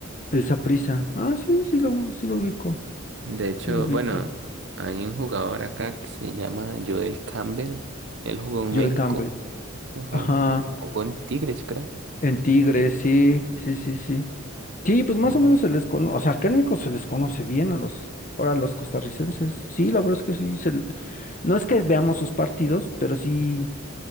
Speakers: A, on the left (about 40°); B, on the right (about 60°).
A: El Saprissa. Ah, sí, sí lo, sí lo ubico,
B: De hecho,
A: sí lo ubico.
B: bueno, hay un jugador acá que se llama Joel Campbell. Él jugó en
A: Joel
B: México.
A: Campbell.
B: Ajá.
A: Ajá,
B: Jugó en Tigres, creo.
A: en Tigres,
B: Tigres.
A: sí, sí, sí, sí. Sí, pues más
B: Mm.
A: o menos se les conoce, o sea, acá en México se les conoce bien a los, ahora a los costarricenses. Sí, la verdad es que sí, se l- no es que veamos sus partidos, pero sí.